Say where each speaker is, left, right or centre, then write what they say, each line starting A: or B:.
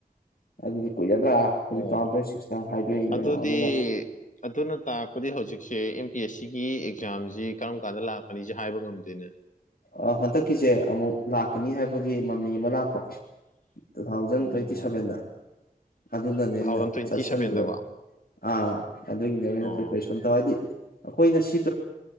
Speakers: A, on the left; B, on the left.
A: ꯑꯗꯨꯗꯤ ꯀꯨꯏꯒꯗ꯭ꯔꯥ ꯍꯧꯖꯤꯛ
B: ꯑꯣ
A: ꯇꯨ ꯊꯥꯎꯟ ꯇ꯭ꯋꯦꯟꯇ ꯁꯤꯛꯁꯇ ꯍꯥꯏꯗꯣꯛꯏꯅꯦ
B: ꯑꯗꯨꯗꯤ
A: ꯑꯗꯨꯅ
B: ꯑꯗꯨꯅ ꯇꯥꯛꯄꯗꯤ ꯍꯧꯖꯤꯛꯁꯦ ꯑꯦꯝ ꯄꯤ ꯑꯦꯁ ꯁꯤꯒꯤ ꯑꯦꯛꯖꯥꯝꯁꯤ ꯀꯔꯝ ꯀꯥꯟꯗ ꯂꯥꯛꯀꯅꯤꯁꯦ ꯍꯥꯏꯕ ꯉꯝꯗꯦꯅꯦ
A: ꯑ ꯍꯟꯗꯛꯀꯤꯁꯦ ꯑꯃꯨꯛ ꯂꯥꯛꯀꯅꯤ ꯍꯥꯏꯕꯒꯤ ꯃꯃꯤ ꯑꯃ ꯂꯥꯛ ꯇꯨ ꯊꯥꯎꯖꯟ
B: ꯑꯣ
A: ꯇ꯭ꯋꯦꯟꯇꯤ ꯁꯚꯦꯟꯗ ꯑꯗꯨ ꯑꯗꯨ ꯅꯅꯤ
B: ꯇꯨ
A: ꯑꯩꯅ
B: ꯊꯥꯎꯖꯟ ꯇ꯭ꯋꯦꯟꯇꯤ
A: ꯆꯠꯁꯗ
B: ꯁꯚꯦꯟꯗꯀꯣ
A: ꯑꯥ ꯑꯗꯨꯒꯤꯅꯦ ꯑꯣꯏꯅ
B: ꯑꯣ
A: ꯄ꯭ꯔꯤꯄꯦꯔꯦꯁꯟ ꯇꯧ ꯍꯥꯏꯗꯤ ꯑꯩꯈꯣꯏꯅ ꯁꯤ